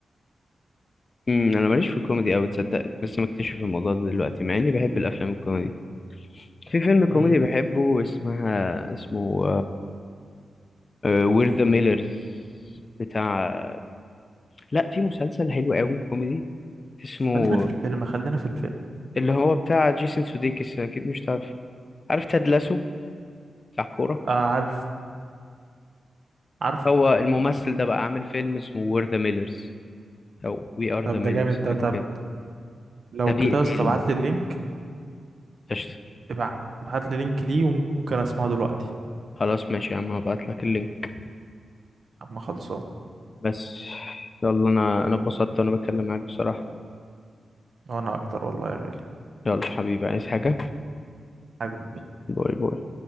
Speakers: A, on the left; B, on the right.
A: امم انا ماليش في الكوميدي قوي تصدق لسه مكتشف الموضوع ده دلوقتي مع اني بحب الافلام الكوميدي في فيلم
B: مم.
A: كوميدي بحبه اسمها اسمه وير ذا ميلرز بتاع لا في مسلسل حلو قوي كوميدي اسمه
B: خلينا في الفيلم خلينا في الفيلم
A: اللي هو بتاع جيسون سوديكس اكيد مش تعرف عارف تاد لاسو بتاع كورة
B: آه عارف عارف
A: هو الممثل ده بقى عامل فيلم اسمه وير ذا ميلرز او وي ار
B: طب
A: ذا ميلرز
B: ده جامد ده
A: حاجه
B: طب
A: كده
B: لو
A: ده بيقتلني
B: كده يا اسطى ابعت لي اللينك
A: قشطة
B: ابعت لي لينك ليه وممكن أسمعه دلوقتي
A: خلاص ماشي يا عم هبعت لك اللينك
B: أما خلصان
A: بس يلا انا انا اتبسطت وانا بتكلم معاك بصراحة
B: وانا اكتر والله يا غالي
A: يلا حبيبي عايز حاجة
B: حبيبي
A: باي باي